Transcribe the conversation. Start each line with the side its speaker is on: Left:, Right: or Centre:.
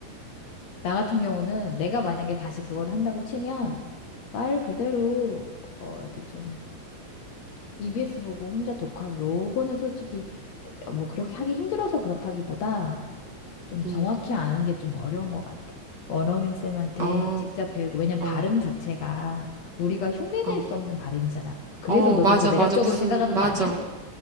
Left: 나 같은 경우는 내가 만약에 다시 그걸 한다고 치면 말 그대로 어, 이렇게 좀 EBS 보고 혼자 독학 요거는 솔직히 뭐 그렇게 하기 힘들어서 그렇다기보다 좀 정확히
Right: 응.
Left: 아는 게 좀 어려운 것 같아. 원어민 쌤한테
Right: 어,
Left: 직접 배우고, 왜냐면
Right: 어,
Left: 발음 자체가 우리가 흉내낼
Right: 어.
Left: 수 없는 발음이잖아. 그래서
Right: 어,
Left: 너도
Right: 맞아,
Left: 더 매력적으로
Right: 맞아. 무슨,
Left: 생각하는
Right: 맞아.
Left: 거 아니야?